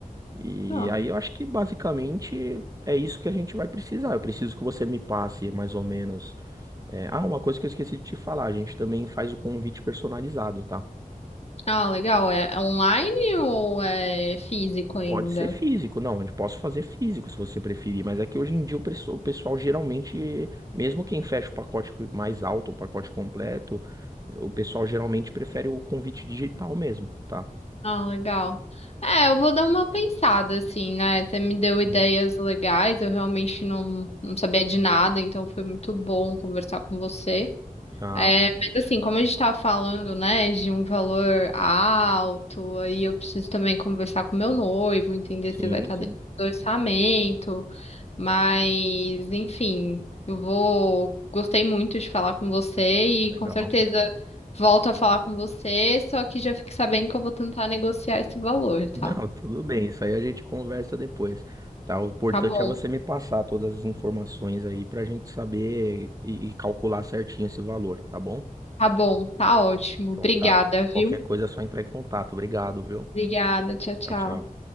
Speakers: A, on the right; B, on the left.
A: E
B: Ah,
A: aí eu acho que basicamente é isso que a gente vai precisar. Eu preciso que você me passe mais ou menos. é, Ah, uma coisa que eu esqueci de te falar, a gente também faz o convite personalizado, tá?
B: ah, legal. É é online ou é físico ainda?
A: Pode ser físico, não, eu posso fazer físico se você preferir, mas é que hoje em dia o pesso- o pessoal geralmente, mesmo quem fecha o pacote mais alto, o pacote completo, o pessoal geralmente prefere o convite digital mesmo, tá?
B: Ah, legal. É, eu vou dar uma pensada, assim, né? Você me deu ideias
A: Uhum.
B: legais, eu realmente não, não sabia de nada, então foi muito bom conversar com você.
A: Tá,
B: É, mas assim, como a gente tava falando, né, de um valor alto, aí eu preciso também conversar com meu noivo, entender
A: sim,
B: se vai estar
A: sim.
B: dentro do orçamento, mas enfim, eu vou, gostei muito de falar com você
A: Legal.
B: e com certeza volto a falar com você, só que já fique sabendo que eu vou tentar negociar esse valor, tá?
A: Não, tudo bem, isso aí a gente conversa depois, tá? O importante
B: Tá bom,
A: é você me passar todas as informações aí pra gente saber e, e calcular certinho esse valor, tá bom?
B: tá bom, tá ótimo.
A: Então
B: Obrigada,
A: tá.
B: viu?
A: Qualquer coisa é só entrar em contato. Obrigado, viu?
B: Obrigada, tchau, tchau.
A: Tchau, tchau.